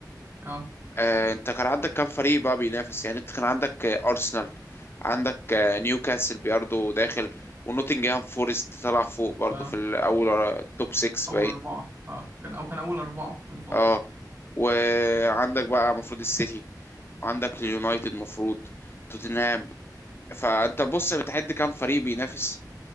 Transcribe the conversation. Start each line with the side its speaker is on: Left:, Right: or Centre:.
Right: اه
Left: آه، انت كان عندك كام فريق بقى بينافس يعني انت كان عندك آه، ارسنال عندك آه، نيوكاسل برضه داخل ونوتنجهام فورست طلع فوق برضه
Right: اه
Left: في الاول آه، توب 6
Right: اول
Left: باين
Right: اربعة اه كان او كان اول اربعة من فترة
Left: اه وعندك بقى المفروض السيتي عندك اليونايتد المفروض توتنهام فانت بص بتعد كام فريق بينافس